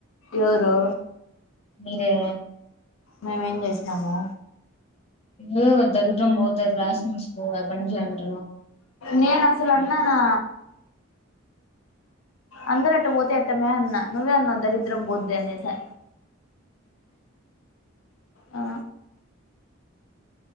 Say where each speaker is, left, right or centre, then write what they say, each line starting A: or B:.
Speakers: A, on the left; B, on the left.
A: ఎవరు
B: మీరే
A: మేమేం చేసినాము
B: ఏ దరిద్రం పోత క్లాస్మట్స్ పోవ అడు జయంట
A: నేను అసలు అన్నా నా అందరు అట్ట పోతే ఎట్టమే అన్నా నువ్వే అన్నావ్ దరిద్రం పోద్ది అన్నేసి అ